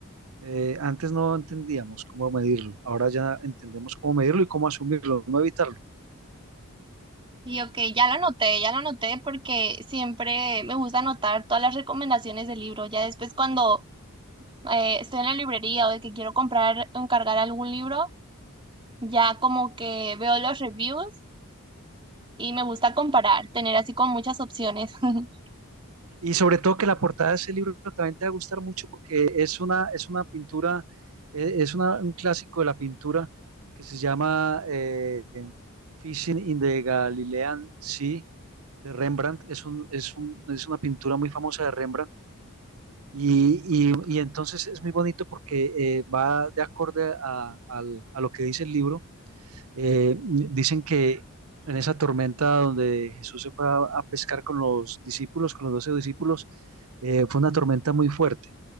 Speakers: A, on the right; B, on the right.
A: eh, antes no entendíamos cómo medirlo, ahora ya entendemos cómo medirlo y cómo asumirlo, no evitarlo.
B: Y ok, ya lo anoté, ya lo anoté porque siempre me gusta anotar todas las recomendaciones del libro. Ya después cuando eh, estoy en la librería o de que quiero comprar, encargar algún libro, ya como que veo los reviews y me gusta comparar, tener así con muchas opciones. <laughs>
A: Y sobre todo que la portada de ese libro también te va a gustar mucho porque es una, es una pintura, eh, es una- un clásico de la pintura que se llama eh, Fishing in the Galilean Sea de Rembrandt. Es un, es un- es una pintura muy famosa de Rembrandt. Y, y- y entonces es muy bonito porque eh, va de acorde a, al- a lo que dice el libro eh, dicen que en esa tormenta donde Jesús se fue a, a pescar con los discípulos, con los doce discípulos, eh, fue una tormenta muy fuerte.